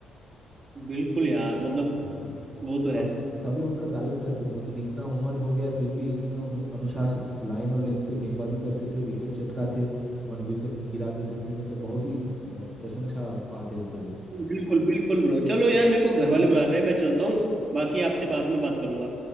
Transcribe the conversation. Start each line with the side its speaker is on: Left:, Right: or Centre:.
Right: बिल्कुल यार मतलब
Centre: हाँ
Right: वो तो
Centre: सब
Right: है
Centre: सभी उनका तारीफ करते थे मतलब इतना उम्र हो गया फिर भी इतना उन्हें अनुशासित लाइन और लेंथ पे गेंदबाजी करते थे विकेट चटकाते वन विकेट गिरा देते थे मतलब बहुत ही अ, प्रशंसा पाते थे वो
Right: बिल्कुल बिल्कुल ब्रो चलो यार मेरे को घर वाले बुला रहे हैं मैं चलता हूँ बाकी आपसे बाद में बात करूंगा